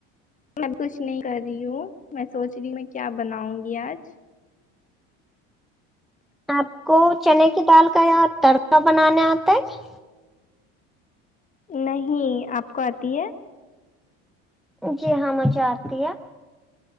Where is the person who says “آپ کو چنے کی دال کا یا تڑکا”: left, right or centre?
Centre